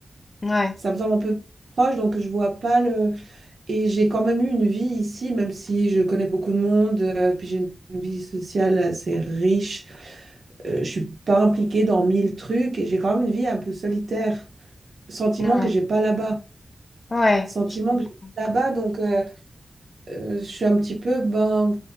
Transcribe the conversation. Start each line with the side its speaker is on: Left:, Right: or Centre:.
Left: Ouais,
Right: Ça me semble un peu proche, donc je vois pas le. Et j'ai quand même eu une vie ici, même si je connais beaucoup de monde, euh, puis j'ai une vie sociale assez riche. Euh, je suis pas impliquée dans mille trucs et j'ai quand même une vie un peu solitaire. Sentiment
Left: ouais,
Right: que j'ai pas là-bas.
Left: ouais,
Right: Sentiment
Left: je comprends.
Right: que j'ai pas là-bas, donc euh, euh, je suis un petit peu ben